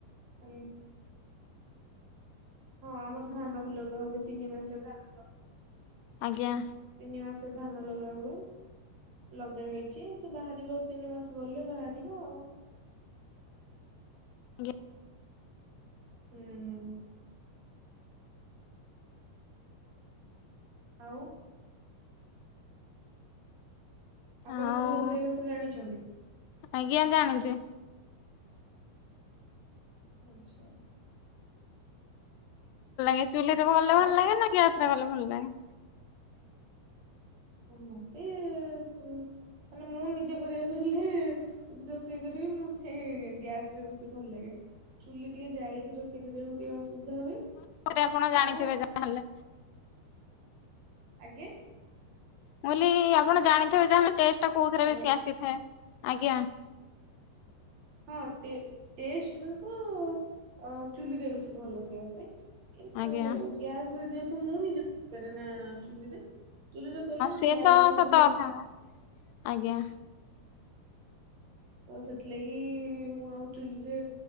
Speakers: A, on the right; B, on the left.
A: ଆଜ୍ଞା ହଁ ଆମର ଧାନ ବି ଲଗା ହୁଏ ତିନି ମାସେ ଧାନ
B: ଆଜ୍ଞା
A: ତିନି ମାସ ଧାନ ଲଗାହୁଏ ଲଗା ହେଇଛି ସେ ବାହାରିବ ଆଉ ତିନି ମାସ ଗଲେ ବାହାରିବ ଆଉ
B: ଗି
A: ହୁଁଁ ଆଉ ଆପଣ
B: ଆଉ
A: ସବୁ ରୋଷେଇ ଭାଷ ଜାଣିଛନ୍ତି?
B: ଆଜ୍ଞା ଜାଣିଛି
A: ଆଛା
B: ଭଲ ଲାଗେ ଚୁଲିରେ ଭଲେ
A: କଣ
B: ଭଲ ଲାଗେ ନା ଗ୍ୟାସରେ ଗଲେ ଭଲ ଲାଗେ।
A: ମତେ ମାନେ ମୁଁ ନିଜେ କରିବାକୁ ହେଲେ ଯଦି ରୋଷେଇ କରିବି ମତେ ଗ୍ୟାସ ରେ ରୋଷେଇ ଭଲ ଲାଗେ। ଚୁଲି ଟିକେ ଜାଳିକି ରୋଷେଇ କରିବାକୁ ଟିକେ ଅସୁବିଧା ହୁଏ।
B: ପରେ ଆପଣ ଜାଣିଥିବେ
A: ଆପଣଙ୍କୁ
B: ଯାହାହେଲେ
A: ଆଗେଇ
B: ମୁଁ ବୋଲି ଆପଣ ଜାଣିଥିବେ ଯାହେଲେ ଟେଷ୍ଟ ଟା କୋଉଥିରେ
A: ହ୍ୟାଲୋ
B: ଭଲ ଆସିଥାଏ ଆଜ୍ଞା
A: ହଁ ଟେଷ୍ଟ କୁ ଚୁଲିରେ ରୋଷେଇ ବେଶୀ ଭଲ ସେ ଆସେ କିନ୍ତୁ
B: ଆଜ୍ଞା
A: ଗ୍ୟାସରେ ଯେହେତୁ ମୁ ନିଜେ ଜାଣିପାରେନା ଚୁ୍ଲିିରେ ଚୁଲିରେ କଲେ
B: ହଁ ସେ
A: ଜାଳିବା
B: ତ
A: ପାଇଁ
B: ସତ
A: ଗୋଟେ ଲୋକ
B: କଥା
A: ଦରକାର।
B: ଆଜ୍ଞା।
A: ଆଉ ସେଥିଲାଗି ମୁଁ ଆଉ ଚୁଲିରେ